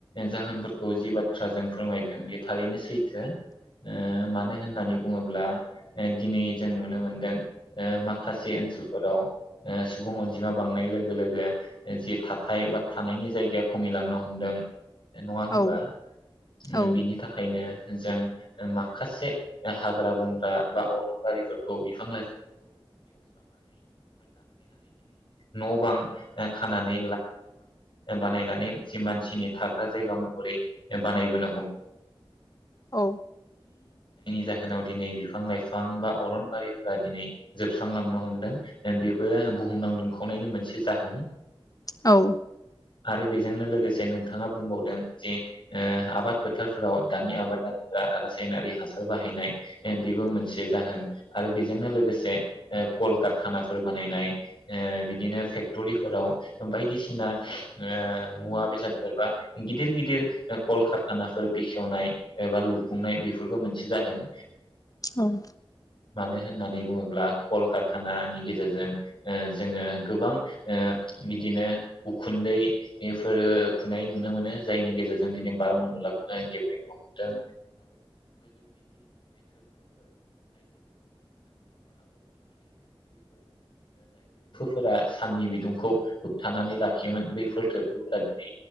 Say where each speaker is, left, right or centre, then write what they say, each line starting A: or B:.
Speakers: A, on the left; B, on the left.
A: जाहोनफोरखौ जि बाथ्राजों फोरमायदों बे थारैनो सैथो ओ मानो होननानै बुङोब्ला दिनै जों नुनो मोनदों ओ माखासे ओनसोलफोराव ओ सुबुं अनजिमा अनजिमा बांनाय लोगो लोगो जि थाथाय बा थानायनि जायगाया खमिलांनो हमदों । नङा होमबा
B: औ
A: उम
B: औ
A: बिनि थाखायनो जों माखासे हाग्रा बंग्रा बा अर गारिफोरखौ बिफां न' बां ओ खानानै बानायनानै जि मानसिनि थाग्रा जायगा जायगा महरै बानायबो
B: औ
A: जाहोनाव दिनै बिफां लाइफां बा अरनबारिफोरा दिनै जोबस्रांलांनो हमदों बेबो बुहुमनांदोंखौ दुंनायनि मोनसे जाहोन
B: औ
A: आरो बेजोंनो लोगोसे नोंथाङा बुंबावदों जे ओ आबाद फोथारफोराव दानि आबादारि रां रासायनारि हासार बाहायनाय ओ बेबो मोनसे जाहोन आरो बेजोंनो लोगोसे ए कलकारखानाफोर बानायनाय ए बिदिनो फेक्टरि फोराव बायदिसिना ओ मुवा बेसादफोर बा गिदिर गिदिर ओ कलकारखानाफोर बेखेवनाय एबा लुफुंनाय बेफोरबो मोनसे जाहोन
B: उम
A: मानो होननानै बुङोब्ला कल कारखानानि गेजेरजों ओ जोङो गोबां ओ बिदिनो उखुन्दैफोरो खुनाय नुनो मोनो जायनि गेजेरजों दिनै बार मण्डला गोबां गेब्रेंनो हमदों आरो फोरा साननि बिदुंखौ होबथानानै लाखियोमोन बैफोर थोरबोफोरा दिनै